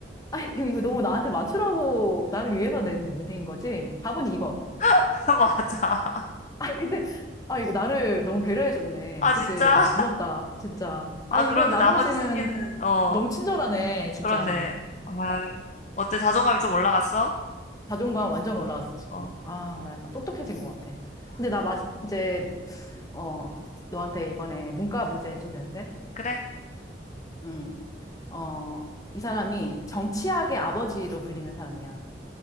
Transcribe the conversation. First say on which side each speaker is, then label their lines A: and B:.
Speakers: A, on the left; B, on the left.
A: 아니, 지금 이거 너무 나한테 맞추라고, 나를 위해서 낸 문제인 거지? 답은 2번.
B: <laughs> 맞아.
A: 아, <laughs> 근데, 아, 이게 나를 너무 배려해줬네.
B: 아,
A: 그치?
B: 진짜?
A: 아, 고맙다. 진짜.
B: 아,
A: 아, 이거
B: 그런데
A: 나머지는
B: 나머지 세 개는, 어,
A: 너무 친절하네, 진짜.
B: 그렇네. 아, 어때? 자존감이 좀 올라갔어?
A: 자존감 완전 올라갔어, 지금.
B: 어,
A: 아, 나 약간 똑똑해진 것 같아. 근데 나 마, 이제, 어, 너한테 이번에 문과 문제 좀 내도 돼?
B: 그래?
A: 음 어, 이 사람이 정치학의 아버지로 불리는 사람이야.